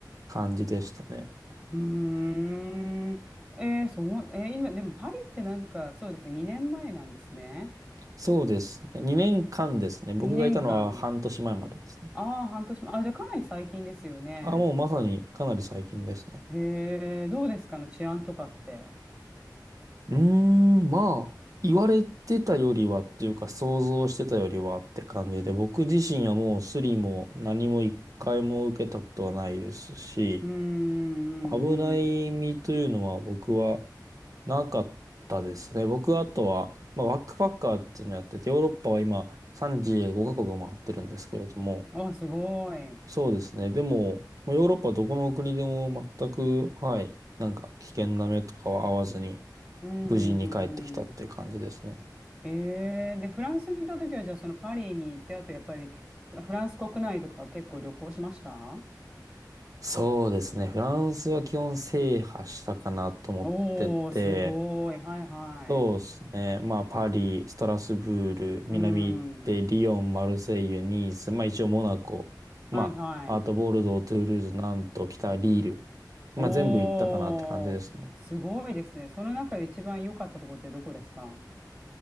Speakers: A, on the right; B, on the right.
A: 感じでしたね。
B: ーん。えー、そう、えー今、でもパリってなんか、そうですね、2年前なんですね。
A: そうですね。2年間ですね。僕がいたのは半年前までですね。
B: 2年間。ああ、半年前。あ、じゃあかなり最近ですよね。
A: あ、もうまさにかなり最近ですね。
B: へえ、どうですかの治安とかって。
A: うーん、まあ、言われてたよりはっていうか、想像してたよりはって感じで、僕自身はもうスリも何も一回も受けたことはないですし、
B: うーん、うん、うん。
A: 危ない身というのは僕はなかったですね。僕はあとは、まあ、バックパッカーっていうのをやってて、ヨーロッパは今35カ国を回ってるんですけれども、
B: あ、すごい。うん、
A: そうですね。でも、まあ、ヨーロッパはどこの国でも全く、はい、なんか危険な目とかは合わずに、
B: うん、
A: 無事に帰ってきたっていう感じですね。
B: うん、うん。えー、で、フランスにいた時は、じゃあ、そのパリに行って、あと、やっぱり、フフランス国内とか結構旅行しました
A: そうですね。フランスは基本制覇したかなと思ってて、
B: おー、すごい。はいはい。
A: そうですね。まあ、パリ、ストラスブール、南行って、
B: うん。
A: リヨン、マルセイユ、ニース、まあ一応モナコ、まあ、
B: はいはい。
A: あとボルドー、トゥールーズ、ナント、北リール。まあ全部行ったかなって感じですね。
B: おー、すごいですね。その中で一番良かったところってどこですか